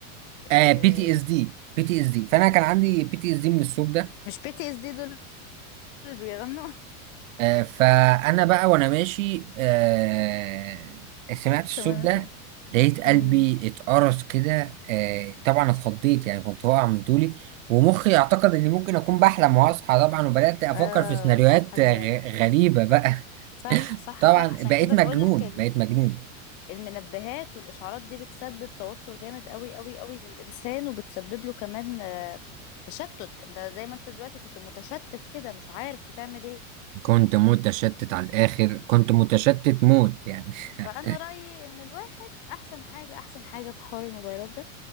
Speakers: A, on the right; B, on the left.
A: آه
B: آه...
A: بي تي اس دي بي تي اس دي فانا كان عندي بي تي اس دي من الصوت ده
B: مش بي تي اس دي دول اللي بيغنوا
A: آه فانا بقى وانا ماشي آه سمعت
B: <laughs>
A: الصوت
B: تمام
A: ده
B: يا فندم
A: لقيت قلبي
B: امم
A: اتقرص كده آه طبعا اتخضيت يعني كنت واقع من طولي ومخي اعتقد اني ممكن اكون بحلم واصحى طبعا وبدات افكر
B: اه
A: في سيناريوهات
B: تصحى
A: آه،
B: دلوقتي
A: غ- غريبه بقى
B: صح
A: <laughs>
B: صح
A: طبعا
B: صح عشان
A: بقيت
B: كده
A: مجنون
B: بقول لك
A: بقيت مجنون
B: المنبهات والإشعارات دي بتسبب توتر جامد قوي قوي قوي للإنسان وبتسبب له كمان آه، تشتت انت زي ما انت دلوقتي كنت متشتت كده مش عارف بتعمل ايه
A: كنت متشتت على الاخر كنت متشتت موت يعني
B: فأنا
A: <laughs>
B: رأيي إن الواحد أحسن حاجة أحسن حاجة في حوار الموبايلات ده